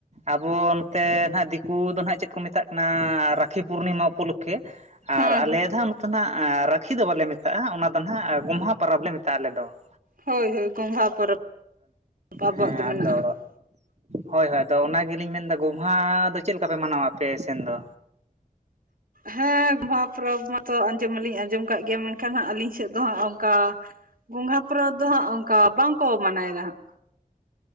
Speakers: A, on the right; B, on the right.
A: ᱟᱵᱚ ᱱᱚᱛᱮ ᱱᱟᱦᱟᱸᱜ ᱫᱤᱠᱩ ᱫᱚ ᱱᱟᱦᱟᱸᱜ ᱪᱮᱫ ᱠᱚ ᱢᱮᱛᱟᱜ ᱠᱟᱱᱟᱻ ᱨᱟᱠᱷᱤ ᱯᱩᱨᱱᱤᱢᱟ ᱩᱯᱚᱞᱚᱠᱠᱷᱮ ᱾ ᱟᱨ
B: ᱦᱳᱭ
A: ᱟᱞᱮ ᱫᱷᱟᱣ ᱱᱚᱛᱮ ᱱᱟᱜ ᱨᱟᱠᱷᱤ ᱫᱚ ᱵᱟᱞᱮ ᱢᱮᱛᱟᱜᱼᱟ, ᱚᱱᱟ ᱫᱚ ᱱᱟᱦᱟᱜ ᱜᱚᱢᱦᱟ ᱯᱟᱨᱟᱵᱽ ᱞᱮ ᱢᱮᱛᱟᱜᱼᱟ ᱟᱞᱮ ᱫᱚ ᱾
B: ᱦᱳᱭ, ᱦᱳᱭ ᱜᱚᱢᱜᱷᱟ ᱯᱚᱨᱚᱵᱽ ᱟᱵᱚᱣᱟᱜ
A: ᱦᱮᱸ
B: ᱫᱚ
A: ᱟᱫᱚ
B: ᱢᱮᱱᱟᱜᱼᱟ ᱦᱟᱸᱜ ᱾
A: ᱦᱳᱭ, ᱦᱳᱭ ᱟᱫᱚ ᱚᱱᱟᱜᱤᱞᱤᱧ ᱢᱮᱱᱫᱟ ᱜᱚᱢᱦᱟ ᱫᱚ ᱪᱮᱫ ᱞᱮᱠᱟ ᱯᱮ ᱢᱟᱱᱟᱣᱟ ᱟᱯᱮ ᱥᱮᱱ ᱫᱚ?
B: ᱦᱮᱸ ᱜᱚᱢᱦᱟ ᱯᱚᱨᱚᱵᱽ ᱢᱟᱛᱚ ᱟᱸᱡᱚᱢ ᱢᱟᱞᱤᱧ ᱟᱸᱡᱚᱢ ᱠᱟᱜ ᱜᱮᱭᱟ ᱢᱮᱱ ᱠᱷᱟᱱ ᱦᱟᱸᱜ ᱟᱹᱞᱤᱧ ᱥᱮᱫ ᱫᱚ ᱦᱟᱸᱜ ᱚᱝᱠᱟ ᱜᱚᱢᱦᱟ ᱯᱚᱨᱚᱵᱽ ᱫᱚ ᱦᱟᱸᱜ ᱚᱝᱠᱟ ᱵᱟᱝᱠᱚ ᱢᱟᱱᱟᱭ ᱫᱟ ᱦᱟᱸᱜ ᱾